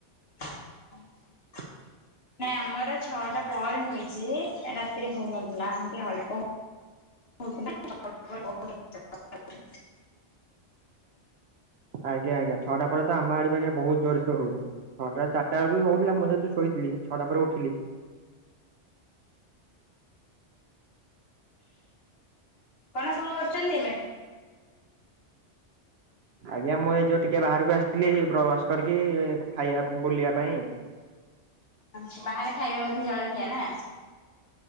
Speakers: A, on the left (about 55°); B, on the right (about 60°).
A: <inaudible>
B: <inaudible>
A: ନାଇଁ ଆମର ଛଅଟା ପରେ ହୋଇଛି, ରାତିରେ ହଉନଥିଲା। ଏମିତି ଅଳ୍ପ ହଉଥିଲା <unintelligible>
B: ଆଜ୍ଞା ଆଜ୍ଞ। ଛଅଟା ପରେ ଆମ ଆଡେ ବି ଆଜ୍ଞା ବୋହୁତ ଜୋରସେ ହଉଛି। ଛଅଟା ଚାରିଟାରେବି ହଉଥିଲା, ମୁଁ ଯେହେତୁ ଶୋଇଥିଲି ଛଟା ପରେ ଉଠିଲି।
A: କଣ ସବୁ କରୁଛନ୍ତି ଏବେ?
B: ଆଜ୍ଞା ମୁଁ ଏଇ ଯୋଉ ଟିକେ ବାହାରକୁ ଆସିଥିଲି ବ୍ରଶ କରିକି ଖାଇବା ବୁଲିବା ପାଇଁ।
A: ଆଛାଲ ବାହାରେ ଖାଇବେ ବୋଧେ ଜଳଖିଆ ନା?